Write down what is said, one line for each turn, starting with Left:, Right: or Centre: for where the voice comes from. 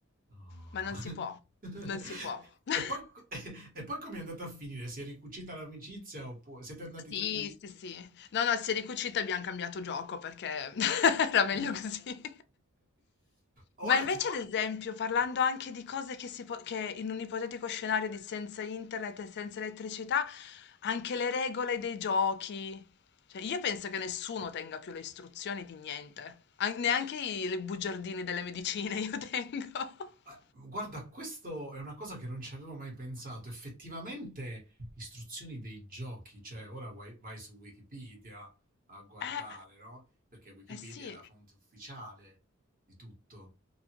Right: No.
Left: Ma non si può,
Right: <laughs>
Left: non si può. <laughs>
Right: E poi co <laughs> e poi com'è andata a finire? Si è ricucita l'amicizia oppu siete andati
Left: Sì,
Right: tutti
Left: sì, sì. No, no, si è ricucita e abbiamo cambiato gioco perché <laughs> era meglio
Right: <laughs>
Left: così.
Right: Ora
Left: Ma invece,
Right: ti
Left: ad esempio, parlando anche di cose che, si po- che in un ipotetico scenario di senza internet e senza elettricità, anche le regole dei giochi. Cioè, io penso che nessuno tenga più le istruzioni di niente, An- neanche
Right: e
Left: i le bugiardini delle medicine io tengo. <laughs>
Right: a guarda questo è una cosa che non ci avevo mai pensato. Effettivamente istruzioni dei giochi, cioè ora vai vai su Wikipedia a guardare,
Left: Eh,
Right: no, perché Wikipedia
Left: eh sì,
Right: è la fonte ufficiale di tutto.